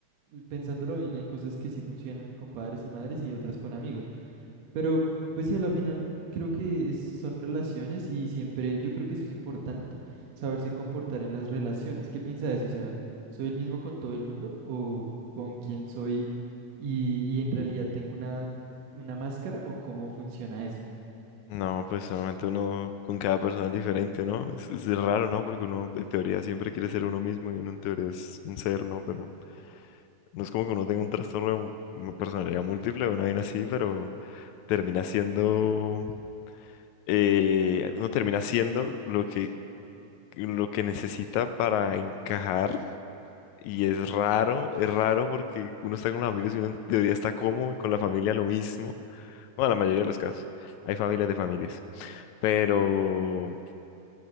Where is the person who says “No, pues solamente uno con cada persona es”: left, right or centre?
Left